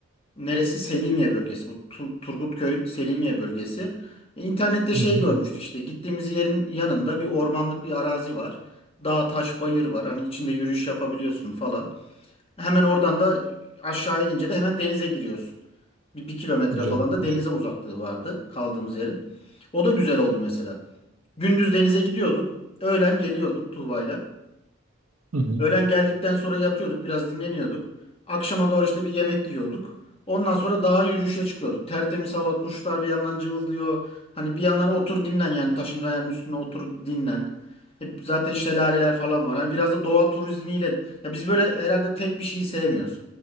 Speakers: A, on the left; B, on the right.
A: Neresi? Selimiye bölgesi. Bu Tu- Turgutköy Selimiye bölgesi. E, İnternette şey
B: Hı hı,
A: görmüştük işte. Gittiğimiz yerin yanında bir ormanlık bir arazi var. Dağ, taş, bayır var. Hani içinde yürüyüş yapabiliyorsun falan. Hemen oradan da aşağı inince de hemen denize giriyorsun. Bir, bir kilometre
B: güzelmiş.
A: falan da denize uzaklığı vardı kaldığımız yerin. O da güzel oldu mesela. Gündüz denize gidiyorduk. Öğlen geliyorduk Tuğba'yla.
B: Hı hı,
A: Öğlen geldikten sonra yatıyorduk biraz dinleniyorduk. Akşama doğru işte bir yemek yiyorduk. Ondan sonra dağa yürüyüşe çıkıyorduk. Tertemiz hava, kuşlar bir yandan cıvıldıyor. Hani bir yandan otur dinlen yani taşın kayanın üstüne otur dinlen. E, zaten şelaleler falan var. Hani biraz da doğa turizmiyle ya biz böyle herhalde tek bir şeyi sevmiyoruz.